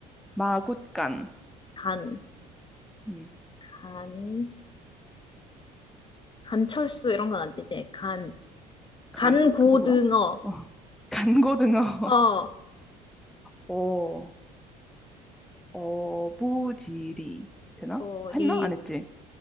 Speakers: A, in the centre; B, on the left (about 25°).
A: 마굿간.
B: 간,
A: 음,
B: 간, 간철수 이런 건 안 되지. 간,
A: 간?
B: 간고등어.
A: 그 누구야? 어, 간고등어. <laughs>
B: 어,
A: 어, 어부지리. 되나?
B: 어 리
A: 했나? 안 했지?